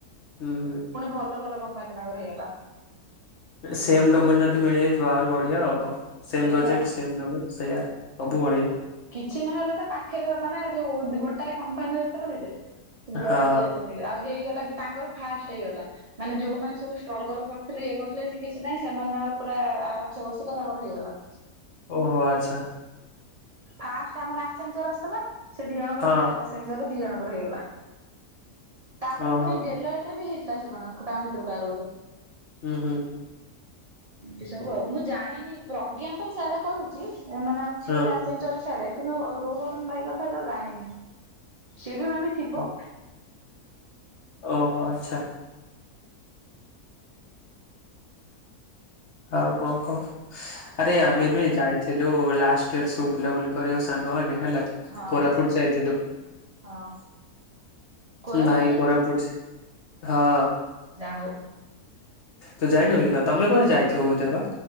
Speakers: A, on the left; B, on the right.
A: ହୁଁ ହୁଁ।
B: ପୁଣି ଭଲ ଭଲ କମ୍ପାନୀରେ ତାଙ୍କର ହେଇଗଲା।
A: ସେମ ଡୋମେନ ଯଦି ମିଳିଯାଇଥିବ ଆହୁରି ବଢିଆ ଆଉ କଣ ସେମ
B: ସେଇ
A: ବଜେଟ୍
B: ବା
A: ସେମ ଡୋମେନ ସେଇଆ ସବୁ ବଢ଼ିଆ।
B: କିଛି ନହେଲେ ତ ପାଖରେ ମାନେ ଯୋଉ ଗୋଟାଏ କମ୍ପାନୀରେ ତ ରହିଲେ। ସେ ଯୁଆଡେ
A: ହଁ
B: ବି ଯାଉନା କାହିଁକି ଆଉ ହେଇଗଲା ବି ତାଙ୍କର ଫାର୍ଷ୍ଟ ହେଇଗଲା ମାନେ ଯୋଉମାନେ ସବୁ ଷ୍ଟ୍ରଗଲ କର ଥିଲେ ଇଏ କରୁଥିଲେ ସେ କିଛି ନାହିଁ ସେମାନେ ତାଙ୍କର ପୁରା ଆରାମସେ ବସି ଥିଲା ନା ତାଙ୍କର ହେଇଗଲା।
A: ଓହୋ ଆଚ୍ଛା।
B: ଫାର୍ଷ୍ଟ ଆମର ଆସେଞ୍ଚର ଆସିଥିଲା ସେ ଦି ଜଣଙ୍କର
A: ହଁ
B: ଫାର୍ଷ୍ଟ ଆସେଞ୍ଚରରେ ଦି ଜଣଙ୍କର ହେଇଗଲା। ତାପରେ
A: ଓହୋ
B: ପୁଣି ଡେଲଅଏଟରେ ବି ହେଇଥିଲା ସେମାନଙ୍କ ତାଙ୍କ ଭିତରୁ କାହାର ଗୋଟେ।
A: ହୁଁ ହୁଁ।
B: ଏମିତି ସବୁ ଆଉ ମୁଁ ଜାଣିନି ପ୍ରଜ୍ଞା ତ ସାଡେ କରୁଚି ନାଇ ମାନେ ଅଛି
A: ହଁ
B: ଗୋଟେ ଆସେଞ୍ଚର ସିଆଡ଼େ କିନ୍ତୁ ରୋହନ ଭାଇ କଥା ତ ଜାଣିନି ସିଏ ବି ମେ ବି ଥିବ।
A: ଓ ଓହୋ ଆଚ୍ଛା। ଆଉ କଣ କହ ଆରେ
B: ଆଉ
A: ନୁହେ ଯାଇ ଥିଲୁ ଲାଷ୍ଟ ଇୟର ସବୁ ବୁଲାବୁଲି କରିବା କୁ ସାଙ୍ଗମାନେ ହେଲା
B: ହଁ।
A: କୋରାପୁଟ ଯାଇଥିଲୁ।
B: ହଁ କୋରାପୁଟ
A: ଭାଇ କୋରାପୁଟ ହଁ।
B: ଯାହା ହୋଉ।
A: ତୁ ଯାଇନୁକି ତ-ତମେ କୁଆଡେ ଯାଇଥିବ ବୁଲିତେ ପା।